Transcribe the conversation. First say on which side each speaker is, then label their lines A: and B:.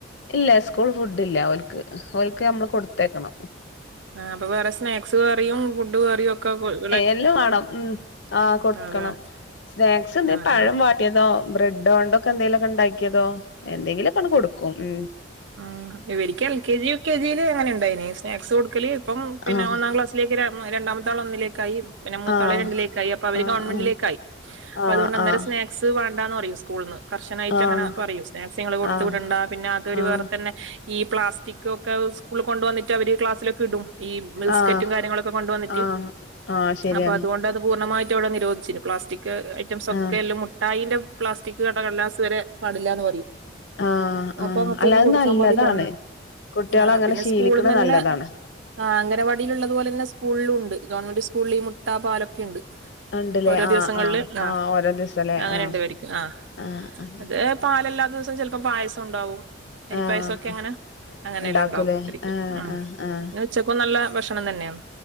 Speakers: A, on the left; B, on the right.
A: ഇല്ല സ്കൂൾ ഫുഡ് ഇല്ല അവൾക്ക് അവൾക്ക് നമ്മള് കൊടുത്തേക്കണം
B: ആ് അപ്പൊ വേറെ സ്നാക്സ്യറിയും ഫുഡ് കയറിയും ഒക്കെക്കള്ളൂ
A: എല്ലാം വേണം ആ കൊടുക്കണം
B: അതെ
A: സ്നാക്സ് എ
B: ആഹ്
A: പഴം
B: ആഹ്
A: വാട്ടിയതോ ബ്രെഡ് ഇണ്ടൊെ ോ എന്തെങ്കിലും പണം കൊടുക്കും ഉ
B: ഉ ഇവരിക്കും L K G U K ജിയിൽ എങ്ങനെ ഉണ്ടായിനി സ്നാക്സ് കൊടുക്കല് ഇപ്പം പിന്നെ
A: ആഹ്
B: ഒന്നാം ക്ലാസ്സിലേക്ക് രണ്ടാമത്ത ആള ഒന്നിലേക്കായി പിന്നെ മൂത്താള
A: ആഹ്
B: രണ്ടിലേക്കായി അപ്പൊ അവര്
A: ആഹ്
B: ഗവൺമെന്റിലേക്ക
A: ആഹ്
B: ആായി അപ്പൊ
A: ആഹ്
B: അതുകൊണ്ട് അേം
A: ആഹ്
B: സ്നാക്സ് വേണ്ടന്ന് പററ സ്കൂൾന്ന് കർശനട്ട്ങ്ങനെ
A: ആഹ്
B: പറയും ാക്ങ്ങൾ കൊടുു
A: ആഹ്
B: വിടണ്ട പിന്നെ അതൊരു
A: ആഹ്
B: വേറെ തന്നെ ഈ പ്ലാസ്റ്റിക് ഒക്കെ സ്കൂളിൽ കൊണ്ടുവന്നിട്ട് അവര് ഇ ബിസ്കറ്റും
A: ആഹ്
B: കാര്യങ്ങളൊക്കെ കൊണ്ടന്നിട്ട്
A: ആഹ് ആഹ് ശരിയാണ്
B: അ അതൊ പ ോിച്ചി പ്ലാസ്റ്റിക് ഐറ്റംസ് ഒക്കെ
A: ആഹ്
B: എല്ലാം മുട്ടായിന്റെ പ്ലാസ്റ്റിക് കടകല്ലാസ് വരെ പാടില്ല എന്ന് പറയും
A: ആഹ്
B: അപ്പൊ
A: ആഹ്
B: അങ്ങത്തെ
A: അല്ലത്
B: ഒന്നും കൊടുക്കാൻ
A: നല്ലതാണ്
B: പാടില്ല
A: കുട്ടികളെ
B: ആ
A: അങ്ങനെ
B: പിന്നെ
A: ശീലിക്കണ
B: സ്കൂളന്ന് തന്നെ
A: നല്ലതാണ്
B: ആ അംഗനവാടിൽള്ളതു പോലെ തന്നെ സ്കൂള ണ്ട് ഗവൺമെന്റ് സ്കൂളിൽഈ മുട്ട പാലൊക്കെ ഉണ്ട്
A: ഉണ്ടല്ലേ
B: ഓരോ
A: ആഹ്
B: ദിവസങ്ങളിൽും
A: ആഹ്
B: ആ
A: ആഹ് ഓരോ ദിവസല്ലേ
B: അങ്ങനെ
A: ആഹ്
B: ഉണ്ടവരിക്കും ആ
A: ആഹ് ആഹ്
B: അത് പാലല്ലാത്ത ദിവസവും ചിലപ്പോ പായസം ഉണ്ടാവും അരിപ്പായസൊക്കെ
A: ആഹ്
B: അങ്ങനെ അങ്ങനെല്ലാം
A: ഉണ്ടാക്കൂലേ
B: ഉണ്ടാവുംരിക്കും
A: ആഹ് ആഹ് ആഹ്
B: ഉനെ ഉച്ചക്കും നല്ല ഭക്ഷണം തന്നെയാണ്